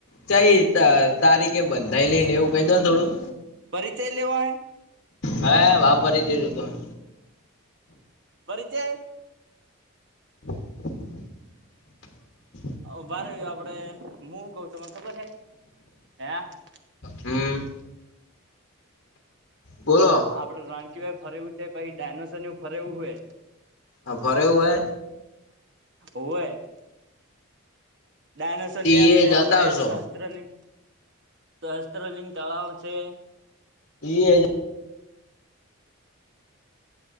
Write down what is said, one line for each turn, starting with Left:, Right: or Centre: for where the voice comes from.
Left: ચઈ ત તારીખે બંધાઈલી નેવું કહી દોને થોડું
Right: પરિચય લેવો હે
Left: હે વા પરીચય જોતો હે
Right: પરિચય
Left: <inaudible>
Right: ઊભારો આપડે મુ હું કઉ તમન ખબર હે <unintelligible>
Left: હમ્મ. બોલો
Right: આપડે રાણકીવાવ ફરે એવું છે, પહિ ડાયનોસોરને એવું ફરે એવું હે
Left: હ ફરેવું હે
Right: હોવે ડાયનોસોર
Left: હે
Right: લેબ
Left: ઈ એ
Right: છે,
Left: જતા
Right: આપડે
Left: આવશો
Right: શહસ્ત્રલિં સહસ્ત્રલિંગ તળાવ છે.
Left: ઈયે જ